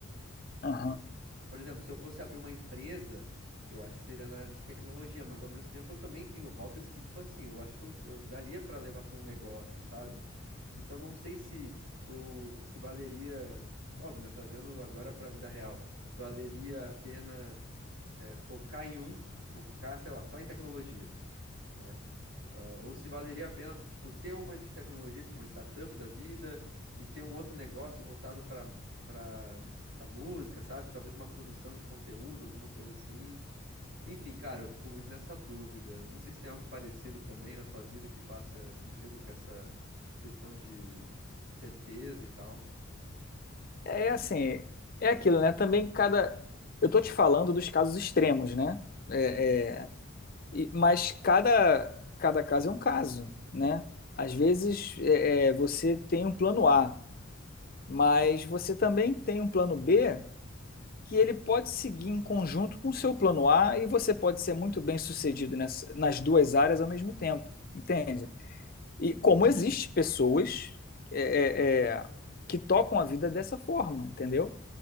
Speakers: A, on the left; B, on the right.
A: Aham.
B: Por exemplo, se eu fosse abrir uma empresa, eu acho que seria na área de tecnologia, mas ao mesmo tempo eu também tenho hobbies que, tipo assim, eu acho que eu, eu daria para levar para um negócio, sabe? Então não sei se eu se valeria, óbvio, né, trazendo agora para a vida real, se valeria a pena é, focar em um, tipo, focar, sei lá, só em tecnologia, né? Ah, ou se valeria a pena, tipo, ter uma de tecnologia, tipo uma startup da vida, e ter um outro negócio voltado para para para música, sabe? Talvez uma produção de conteúdo, alguma coisa assim. Enfim, cara, eu fico muito nessa dúvida. Não sei se tem algo parecido também na tua vida que faça sentido com essa questão de certeza e tal.
A: É assim, é aquilo, né? Também cada. Eu tô te falando dos casos extremos, né? É,
B: Sim.
A: é, E- mas cada, cada caso é um caso, né? Às vezes é, é, você tem um plano A, mas você também tem um plano B que ele pode seguir em conjunto com o seu plano A e você pode ser muito bem sucedido nessa- nas duas áreas ao mesmo tempo, entende? E
B: Uhum.
A: como existe pessoas é, é, é, que tocam a vida dessa forma, entendeu?